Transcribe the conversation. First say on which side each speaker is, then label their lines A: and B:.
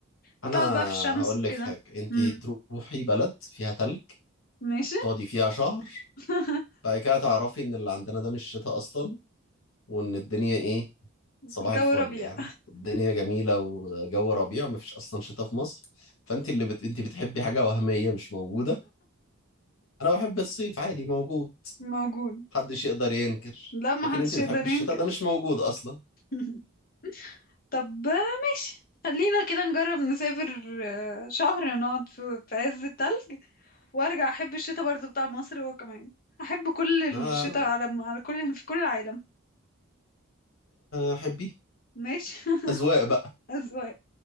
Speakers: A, on the left (about 80°); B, on the left (about 45°).
A: انا
B: فتقعد بقى في الشمس
A: هقول
B: وكده
A: لك حاجه انت
B: امم
A: تروحي بلد فيها تلج
B: ماشي
A: تقعدي فيها شهر
B: <laughs>
A: بعد كده تعرفي ان اللي عندنا ده مش شتاء اصلا وان الدنيا ايه
B: الجو
A: صباح الفل
B: ربيع
A: يعني الدنيا جميله وجو ربيع ومفيش اصلا شتاء في مصر فانت اللي بت... انت بتحبي حاجه وهميه مش موجوده انا بحب الصيف عادي موجود
B: موجود
A: محدش يقدر ينكر
B: لا ما
A: لكن
B: حدش
A: انت بتحبي
B: يقدر
A: الشتاء
B: ينكر
A: ده مش موجود اصلا
B: <laughs> طب آه، ماشي خلينا كده نجرب نسافر آه، شهر نقعد في في عز التلج وارجع احب الشتاء برضو بتاع مصر هو كمان احب كل
A: لا
B: الشتاء
A: لا
B: على على كل في كل العالم
A: احبيه
B: ماشي <laughs>
A: اذواق بقى
B: اذواق